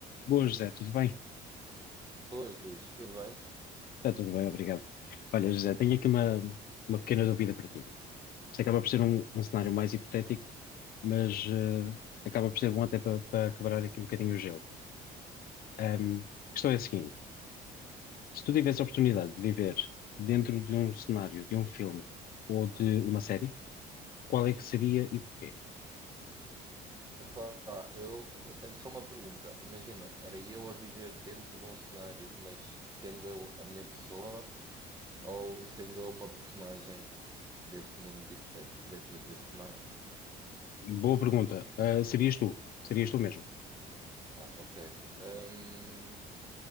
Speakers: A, on the left (about 60°); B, on the right (about 25°).
A: Boa, José, tudo bem?
B: Pois, Luís, tudo bem?
A: Está tudo bem, obrigado. Olha, José, tenho aqui uma, uma pequena dúvida para ti. Isto acaba por ser um, um cenário mais hipotético, mas eh, acaba por ser bom até para para quebrar aqui um bocadinho o gelo. Ahm, a questão é a seguinte: se tu tivesse a oportunidade de viver dentro de um cenário, de um filme ou de uma série, qual é que seria
B: Uhum.
A: e porquê?
B: Epá, eu tenho só uma pergunta. Imagina, era eu a viver dentro de um cenário, mas sendo eu a minha pessoa ou sendo eu uma personagem desse mundo hipotético, de- de- desse cenário?
A: Boa pergunta. Ah, serias tu? Serias tu mesmo?
B: Ah, ok. Hum,